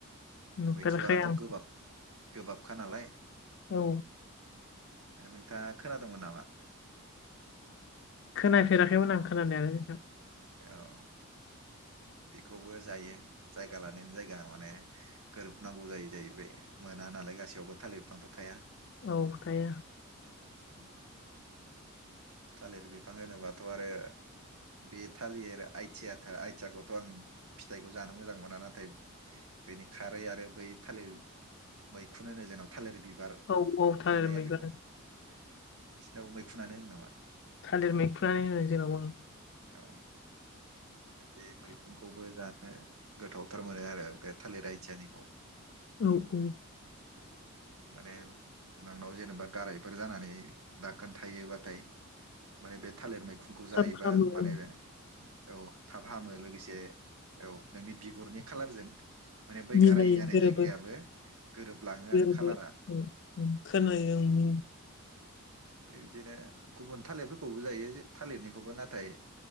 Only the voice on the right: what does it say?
मैथ्रुआथ'
गोबाब गोबाबखा नालाय
नोंथाङा खोनादोंंमोन नामा
औ बेखौबो जायो जायगा लानायनि जायगा माने गोरोबनांगौ जायो जाहैबाय मोना नालाय गसियावबो थालिरफांथ' थाया
उम थालिर बिफां होनोबाथ' आरो बे थालिर आइथिया आथियाखौथ' आं फिथाइखौ जानो मोजां मोना नाथाय बेनि खारै आरो बै थालिर मैखुनुन होनो जोंनाव थालिर बिब बिबार
थोबनाया
बेखौ नोंसिनाव मैखुनानो होनो नामा
औ बे मैखुनखौबो जानो गोथावथार मोनो आरो बे थालिर आइथियानिखौ
<unintelligible> माने नोंनाव जेनेबा गारायफोर जानानै दाखोन थायोबाथाय माने बे थालिर मैखुनखौ जायोबा
माने
औ थाब हामो लोगोसे औ नोंनि बिगुरनि खालारजों माने बै
गाराय जानाय
जायगायाबो गोरोबलाङो
आरो खालारा
बे बिदिनो गुबुन थालिरफोरखौबो जायो थालिरनिखौबो नाथाय